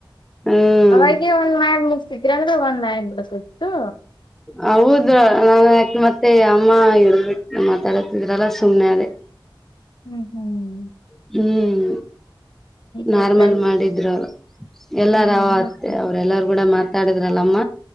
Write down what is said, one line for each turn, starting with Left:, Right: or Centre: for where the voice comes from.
Centre: ಹ್ಮ್
Left: ಅವಾಗ ಒಂದ್ ಮಾಡಿ ಮುಗ್ಸಿದ್ರಂದ್ರ ಅಂದ್ರ ಒಂದ್ ಆಗಿ ಬಿಡ್ತಿತ್ತು ತ್ತು
Centre: ಹೌದ ನಾನ ಯಾಕೆ ಮತ್ತೆ ಅಮ್ಮ ಹಿಡ್ಬಿಟ್ಟ ಮಾತಾಡತಿದ್ರಲ್ಲ ಸುಮ್ನೆ ಅದೇ
Left: ಹ್ಮ್ ಹ್ಮ್
Centre: <inaudible> ಹ್ಮ್ ನಾರ್ಮಲ್
Left: ತಕ್ಕ
Centre: ಮಾಡಿದ್ರು ಅವರು ಎಲ್ಲಾರತ್ತೆ
Left: ಹ್ಮ್ ಹ್ಮ್
Centre: ಅವ್ರ ಎಲ್ಲಾರ ಗೂಡ ಮಾತಾಡಿದ್ ಇರಲ್ಲಮ